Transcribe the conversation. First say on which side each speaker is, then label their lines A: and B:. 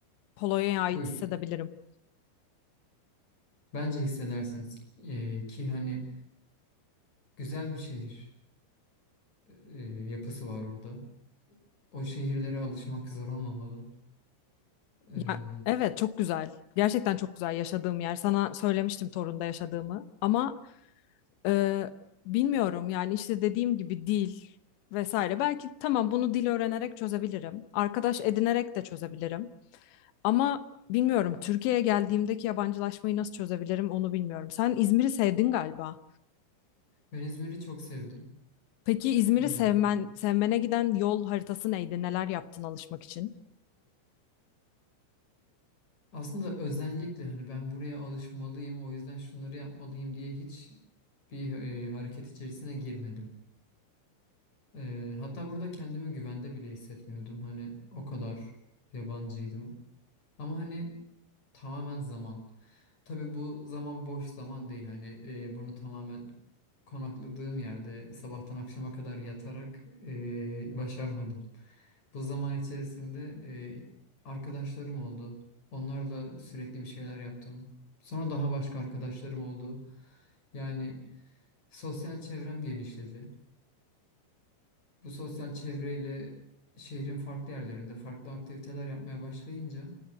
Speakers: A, on the left (about 75°); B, on the left (about 35°).
A: Polonya'ya ait
B: buyur.
A: hissedebilirim.
B: Bence hissedersiniz E, ki hani güzel bir şehir. e, yapısı var orada. O şehirlere alışmak zor olmamalı. E,
A: Ya, evet çok güzel. Gerçekten çok güzel yaşadığım yer. Sana söylemiştim Torun'da yaşadığımı. Ama e, bilmiyorum yani işte dediğim gibi dil vesaire. Belki tamam bunu dil öğrenerek çözebilirim. Arkadaş edinerek de çözebilirim. Ama bilmiyorum Türkiye'ye geldiğimdeki yabancılaşmayı nasıl çözebilirim onu bilmiyorum. Sen İzmir'i sevdin galiba.
B: ben İzmir'i çok sevdim.
A: Peki İzmir'i
B: E,
A: sevmen, sevmene giden yol haritası neydi? Neler yaptın alışmak için?
B: aslında özellikle hani ben buraya alışmalıyım, o yüzden şunları yapmalıyım diye hiç bir e, hareket içerisine girmedim. E, hatta burada kendimi güvende bile hissetmiyordum. Hani o kadar yabancıydım. Ama hani tamamen zaman. Tabii bu zaman boş zaman değil. Hani e, bunu tamamen konakladığım yerde sabahtan akşama kadar yatarak e, başarmadım. Bu zaman içerisinde e, arkadaşlarım oldu. Onlarla sürekli bir şeyler yaptım. Sonra daha başka arkadaşlarım oldu. Yani sosyal çevrem genişledi. Bu sosyal çevreyle şehrin farklı yerlerinde farklı aktiviteler yapmaya başlayınca